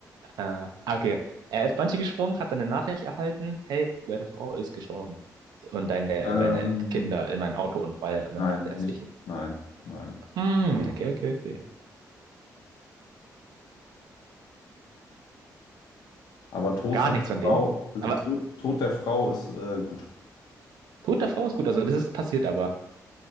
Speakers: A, on the right; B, on the left.
A: Ah, ah, okay. Er ist Bungee gesprungen, hat dann eine Nachricht erhalten. Hey, deine Frau ist gestorben. Und deine,
B: Ähm,
A: und deine Kinder in einem Autounfall. Und
B: nein,
A: dann dachte er
B: nicht.
A: sich,
B: Nein, nein.
A: hm, okay, okay, okay.
B: Aber Tod
A: Gar
B: seiner
A: nichts von
B: Frau,
A: denen.
B: also
A: Aber
B: Tod, Tod der Frau ist äh, gut.
A: Tote Frau ist gut, also das ist passiert aber.